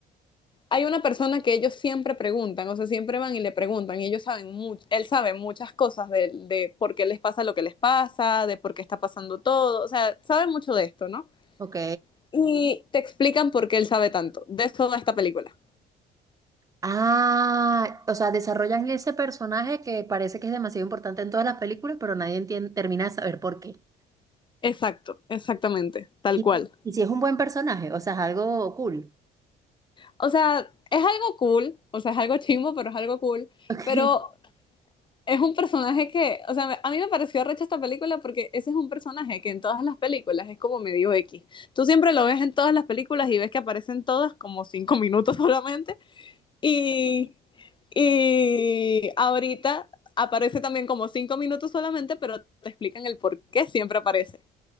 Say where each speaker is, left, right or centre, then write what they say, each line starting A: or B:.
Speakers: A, on the left (about 30°); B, on the right (about 20°).
A: hay una persona que ellos siempre preguntan, o sea, siempre van y le preguntan, y ellos saben mucho, él sabe muchas cosas de, de por qué les pasa lo que les pasa, de por qué está pasando todo, o sea, sabe mucho de esto, ¿no?
B: ok.
A: Y te explican por qué él sabe tanto. De eso va esta película.
B: Ah, o sea, desarrollan ese personaje que parece que es demasiado importante en todas las películas, pero nadie entiende, termina de saber por qué.
A: Exacto, exactamente, tal
B: Y,
A: cual.
B: y si es un buen personaje, o sea, es algo cool.
A: O sea, es algo cool, o sea, es algo chimbo, pero es algo cool.
B: <laughs>
A: Pero es un personaje que, o sea, me- a mí me pareció recha esta película porque ese es un personaje que en todas las películas es como medio X. Tú siempre lo ves en todas las películas y ves que aparecen todas como cinco <laughs> minutos solamente. Y, y ahorita aparece también como cinco minutos solamente, pero te explican el por qué siempre aparece.